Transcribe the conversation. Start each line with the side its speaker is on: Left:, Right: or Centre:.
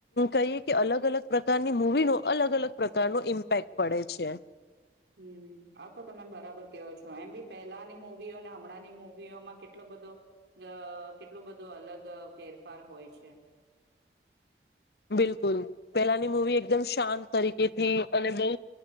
Left: કહીએ કે અલગ અલગ પ્રકારની મુવી નો તો અલગ અલગ પ્રકાર નો ઇમ્પેક્ટ પડે છે.
Right: હમ આ તો તમે બરાબર કેવો છો એમ બી પહેલાની મુૂવીઓ અને હમણાંની મુવીઓમાં કેટલો બધો જા કેટલું બધું અલગ ફેરફાર હોય છે.
Left: બિલકુલ પેલાની મૂવી એકદમ શાંત તરીકેથી અને બહુ